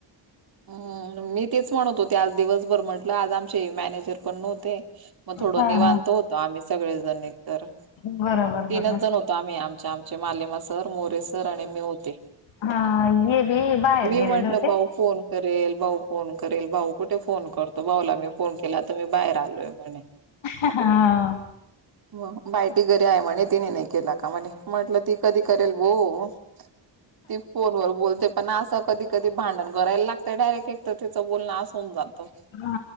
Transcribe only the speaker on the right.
हम् मी तेच म्हणत होते आज दिवसभर म्हंटलं आज आमचे मॅनेजर पण नव्हते. मग थोडं
निवांत
होतो आम्ही सगळेजण तर
तीनच
जण होतो आम्ही आमच्या आमच्या मालेमा सर, मोरे सर आणि मी होते.
मी
म्हटलं
भाऊ फोन करेल भाऊ फोन करेल भाऊ कुठे फोन करतो भाऊला मी फोन केला तर तर मी बाहेर आलोय म्हणे.
मग बाय ती घरी आहे म्हणे तिने नाही केला का म्हणे म्हटलं ती कधी करेल बो ती फोन वर बोलते पण, असं कधी कधी भांडण करायला लाग ते डायरेक्ट एक तर तिचं बोलणं आस होऊन जातं.